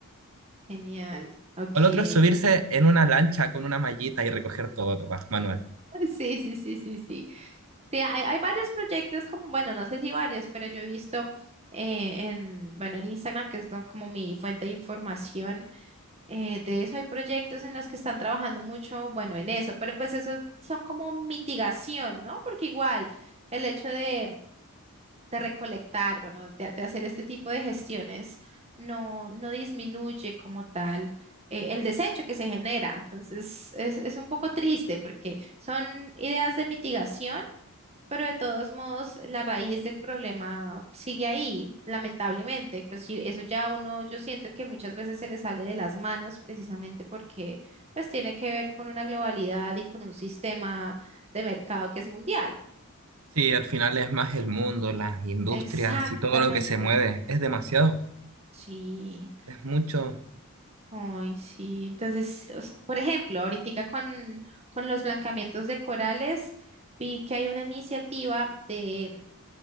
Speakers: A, on the right; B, on the right.
A: genial. Ok.
B: O el otro es subirse en una lancha con una mallita y recoger todo, nomás, manual.
A: Sí, sí, sí, sí, sí. Sí, hay, hay varios proyectos como, bueno, no sé si varios, pero yo he visto eh, en, bueno, en Instagram, que es do- como mi fuente de información, eh, de eso hay proyectos en los que están trabajando mucho, bueno, en eso, pero pues esos son como mitigación, ¿no? Porque igual el hecho de de recolectar, bueno, de, de hacer este tipo de gestiones, no, no disminuye como tal eh, el desecho que se genera. Entonces, es, es un poco triste porque son ideas de mitigación, pero de todos modos, la raíz del problema sigue ahí, lamentablemente. Pues sí, eso ya uno, yo siento que muchas veces se le sale de las manos precisamente porque pues tiene que ver con una globalidad y con un sistema de mercado que es mundial.
B: Sí, al final es más el mundo, las industrias
A: Exactamente.
B: y todo lo que se mueve. Es demasiado,
A: Sí.
B: es mucho.
A: Ay, sí. Entonces, os- por ejemplo, ahorita con, con los blancamientos de corales, vi que hay una iniciativa de